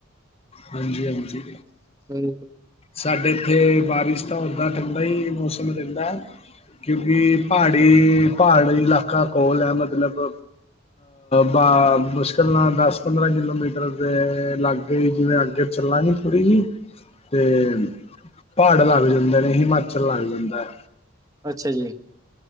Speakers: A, on the left; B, on the right.
A: ਹਾਂਜੀ ਹਾਂਜੀ
B: ਬਕ
A: ਸਾਡੇ ਇੱਥੇ ਬਾਰਿਸ਼ ਤਾਂ ਉਦਾਂ ਠੰਡਾ ਹੀ ਮੌਸਮ ਰਹਿੰਦਾ ਹੈ ਕਿਉਂਕਿ ਪਹਾੜੀ ਪਹਾੜੀ ਇਲਾਕਾ ਕੋਲ ਹੈ ਮਤਲਬ ਬਾ ਮੁਸ਼ਕਿਲ ਨਾਲ ਦਸ ਪੰਦਰਾਂ ਕਿਲੋਮੀਟਰ ਦੇ ਲਾਗੇ ਜਿਵੇਂ ਅੱਗੇ ਚੱਲਾਂਗੇ ਥੋੜ੍ਹੀ ਜਿਹੀ ਤੇ ਪਹਾੜ ਲੱਗ ਜਾਂਦੇ ਨੇ ਹਿਮਾਚਲ ਲੱਗ ਜਾਂਦਾ ਹੈ
B: ਅੱਛਾ ਜੀ